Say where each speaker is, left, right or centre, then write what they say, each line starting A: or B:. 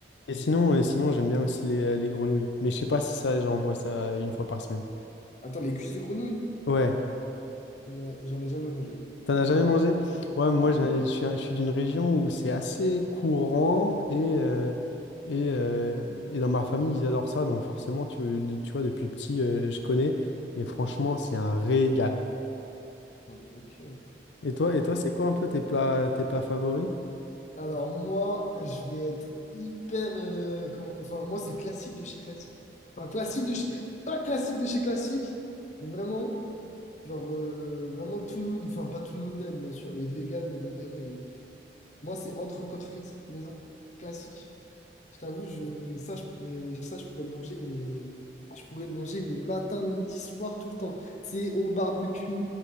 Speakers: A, on the left (about 80°); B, on the left (about 40°).
A: Et sinon, et sinon j'aime bien aussi les, euh, les grenouilles. Mais je sais pas si ça, j'en vois ça une fois par semaine.
B: Attends, les cuisses de grenouille?
A: Ouais.
B: Ouais, j'en ai jamais mangé.
A: T'en as jamais mangé? Ouais, moi
B: Ok.
A: je je suis, je suis d'une région où c'est assez courant et, euh, et, euh, et dans ma famille ils adorent ça, donc forcément tu, de- tu vois depuis petit euh, je connais et franchement c'est un régal.
B: Ah, mais ok.
A: Et toi, et toi
B: Euh,
A: c'est quoi un peu tes plats, tes plats favoris?
B: Alors, moi, je vais être hyper. euh, comment- Enfin, moi, c'est classique de chez classique. Enfin, classique de chez. Pas classique de chez classique, mais vraiment, genre, euh, vraiment tout le monde. Enfin, pas tout le monde aime, bien sûr. Les véganes ne vont pas aimer, mais moi, c'est entrecôte frites maison. Classique. Je t'avoue, je, ça, je pourrais, ça, je pourrais le manger, mais je pourrais le manger, mais matin, midi, soir, tout le temps. C'est au barbecue,